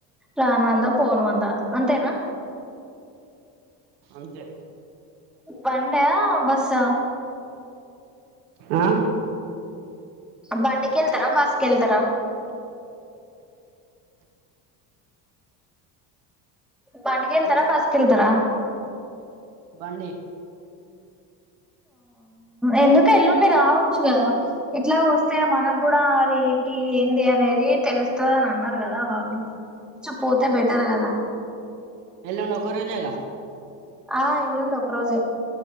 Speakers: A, in the centre; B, on the right.
A: రాన్ వంద పోన్ వంద అంతేనా
B: అంతే
A: బండి హా బస్ హా
B: ఆ
A: బండికెళ్తర బస్కెల్తర బండికెళ్తర
B: హలో
A: బస్కెల్తర
B: బండి
A: ఎందుక్ అక్క ఎల్లుండి రావొచ్చు కదా ఇట్ల వస్తే మనకు కూడా అది ఏంది అనేది తెలుస్ తదని అన్నరు కదా వాళ్ళు కొంచెం పోతే బెటర్ కదా
B: ఎలమక్ ఒరే జగా
A: ఆ ఎల్లుండి ఒక రోజే